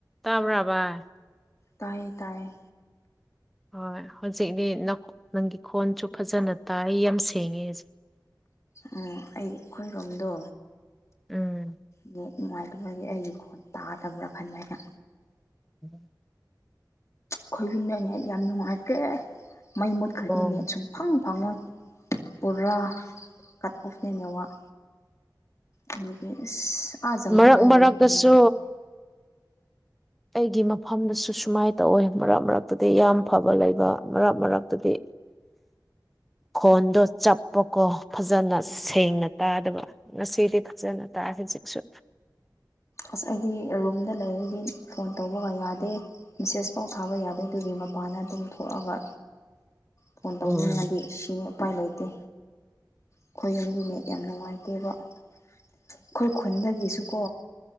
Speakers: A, in the centre; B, on the left (about 40°).
A: ꯇꯥꯕ꯭ꯔꯥ ꯚꯥꯏ
B: ꯇꯥꯏꯌꯦ ꯇꯥꯏꯌꯦ
A: ꯍꯣꯏ ꯍꯧꯖꯤꯛꯤ ꯅꯪꯒꯤ ꯈꯣꯟꯁꯨ ꯐꯖꯅ ꯇꯥꯏ ꯌꯥꯝ ꯁꯦꯡꯉꯦ
B: ꯑꯣ ꯑꯩ ꯑꯩꯈꯣꯏꯔꯣꯝꯗꯣ
A: ꯎꯝ
B: ꯅꯨꯡꯉꯥꯏꯇꯕꯒꯤ ꯑꯩꯒꯤ ꯈꯣꯟ ꯇꯥꯗꯕ꯭ꯔꯥ ꯈꯟꯕ ꯍꯥꯏꯅ
A: <inaudible>
B: ꯈꯣꯏ ꯌꯨꯝꯗ ꯅꯦꯠ ꯌꯥꯝ ꯅꯨꯡꯉꯥꯏꯇꯦ ꯃꯩ ꯃꯨꯠꯈ꯭ꯔꯗꯤ
A: ꯑꯣ
B: ꯅꯦꯠ ꯁꯨꯝ ꯐꯪ ꯐꯪꯉꯣꯏ ꯄꯨꯔꯥ ꯀꯠ ꯑꯣꯐꯅꯦ ꯅꯦꯋꯥꯛ ꯑꯗꯨꯒꯤ ꯑꯁ ꯑꯥ ꯖꯪꯒꯟꯗ
A: ꯃꯔꯛ ꯃꯔꯛꯇꯁꯨ
B: ꯂꯩ <unintelligible>
A: ꯑꯩꯒꯤ ꯃꯐꯝꯗꯁꯨ ꯁꯨꯃꯥꯏꯅ ꯇꯧꯋꯦ ꯃꯔꯛ ꯃꯔꯛꯇꯗꯤ ꯌꯥꯝ ꯐꯕ ꯂꯩꯕ ꯃꯔꯛ ꯃꯔꯛꯇꯗꯤ ꯈꯣꯟꯗꯣ ꯆꯞ ꯀꯣ ꯐꯖꯅ
B: ꯎꯝ
A: ꯁꯦꯡꯅ ꯇꯥꯗꯕ ꯉꯁꯤꯗꯤ ꯐꯖꯅ ꯇꯥ ꯍꯧꯖꯤꯛꯁꯨ
B: ꯑꯁ ꯑꯩꯗꯤ ꯔꯨꯝꯗ ꯂꯩꯔꯗꯤ ꯐꯣꯟ ꯇꯧꯕꯒ ꯌꯥꯗꯦ ꯃꯦꯁꯦꯁ ꯄꯥꯎ ꯊꯥꯕ ꯌꯥꯗꯦ ꯑꯗꯨꯒꯤ ꯃꯄꯥꯟꯗ ꯑꯗꯨꯝ ꯊꯣꯛꯑꯒ ꯐꯣꯟ ꯇꯧꯅꯤꯡꯉꯗꯤ
A: ꯎꯝ
B: ꯁꯤꯅꯤ ꯎꯄꯥꯏ ꯂꯩꯇꯦ ꯑꯩꯈꯣꯏ ꯌꯨꯝꯒꯤꯅꯦ ꯌꯥꯝ ꯅꯨꯡꯉꯥꯏꯇꯦꯕ ꯑꯩꯈꯣꯏ ꯈꯨꯟꯗꯒꯤꯁꯨꯀꯣ